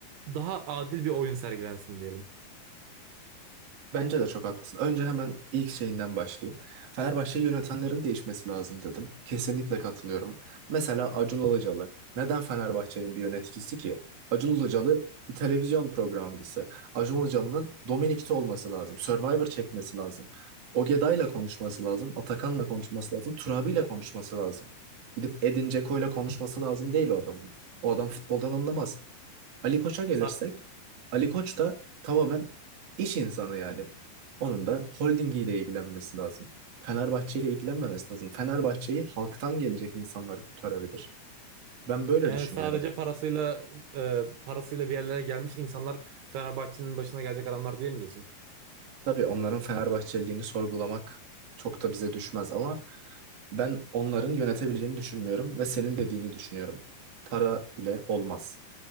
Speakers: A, on the right; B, on the right.
A: daha adil bir oyun sergilensin diyelim.
B: Bence de çok haklısın. Önce hemen ilk şeyinden başlayayım. Fenerbahçe'yi yönetenlerin değişmesi lazım dedim. Kesinlikle katılıyorum. Mesela Acun Ilıcalı. Neden Fenerbahçe'nin bir yöneticisi ki? Acun Ilıcalı bir televizyon programcısı. Acun Ilıcalı'nın Dominik'te olması lazım. Survivor çekmesi lazım. Ogeday'la konuşması lazım. Atakan'la konuşması lazım. Turabi'yle konuşması lazım. Gidip Edin Dzeko'yla konuşması lazım değil o adamın. O adam futboldan anlamaz. Ali Koç'a gelirsek,
A: Sa-
B: Ali Koç da tamamen iş insanı yani. Onun da holdingiyle ilgilenmesi lazım. Fenerbahçe ile ilgilenmemesi lazım. Fenerbahçe'yi halktan gelecek insanlar kurtarabilir. Ben böyle
A: Yani
B: düşünüyorum.
A: sadece parasıyla e, parasıyla bir yerlere gelmiş insanlar Fenerbahçe'nin başına gelecek adamlar diye mi diyorsun?
B: Tabii onların Fenerbahçeliliğini sorgulamak çok da bize düşmez ama ben onların yönetebileceğini düşünmüyorum ve senin dediğini düşünüyorum. Para ile olmaz.